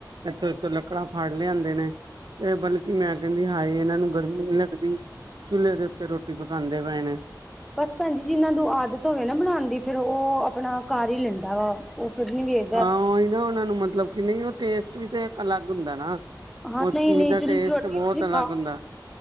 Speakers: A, on the right; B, in the centre.
A: ਇੱਥੋਂ ਇਥੋਂ ਲੱਕੜਾਂ ਫੜ ਲਿਆਂਦੇ ਨੇ। ਤੇ ਬਲਕੀ ਮੈਂ ਕੈਂਦੀ ਹਾਏ ਏਨਾਂ ਨੂੰ ਗਰਮੀ ਨੀ ਲੱਗਦੀ। ਚੁਲੇ ਦੇ ਉੱਤੇ ਰੋਟੀ ਪਕਾਂਦੇ ਪਏ ਨੇ।
B: ਪਰ ਭੈਣਜੀ ਜਿਨਾਂ ਨੂੰ ਆਦਤ ਹੋਵੇ ਨਾ ਬਣਾਣ ਦੀ ਫਿਰ ਓ ਆਪਣਾ ਕਰ ਈ ਲੈਂਦਾ ਵਾ। ਓ ਫਿਰ ਨੀ ਗੇ
A: ਹਾਂ ਓਈ ਨਾ ਉਨਾ ਨੂੰ ਮਤਲਬ ਕੀ ਨਈ ਓ ਟੇਸਟ ਵੀ ਤੇ ਇਕ ਅਲੱਗ ਹੁੰਦਾ ਨਾ।
B: ਹਾਂ
A: ਉਸ ਚੀਜ਼
B: ਨਹੀਂ ਨਹੀਂ
A: ਦਾ
B: ਚੁੱਲੀ
A: ਟੇਸਟ
B: ਦੀ ਰੋਟੀ
A: ਬੋਤ
B: ਖਾਓ
A: ਅਲੱਗ ਹੁੰਦਾ।